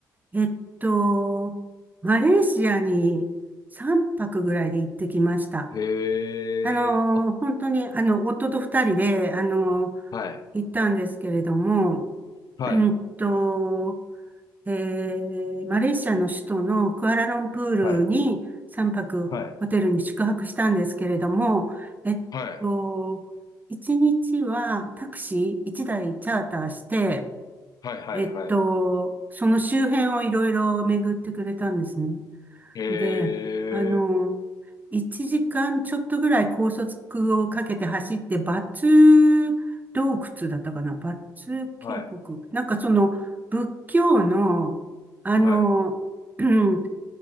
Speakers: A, on the right; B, on the left.
A: えっと、マレーシアに3泊ぐらいで行ってきました。
B: へえ、
A: あのー、
B: あ、
A: 本当に、あの、夫と2人で、あのー、
B: はい、
A: 行ったんですけれども、
B: はい、
A: うんと、えーマレーシアの首都のクアラルンプールに3泊ホテルに宿泊したんですけれども、
B: はい、はい、
A: えっと、
B: はい、
A: 1日はタクシー1台チャーターして、
B: はい、はい、
A: えっと、
B: はい。
A: その周辺をいろいろ巡ってくれたんですね。
B: へえ、
A: で、あの、1時間ちょっとぐらい高速をかけて走って、バツ洞窟だったかなバツ渓谷。
B: はい、
A: なんかその、仏教の、あの、
B: はい、
A: <clears throat>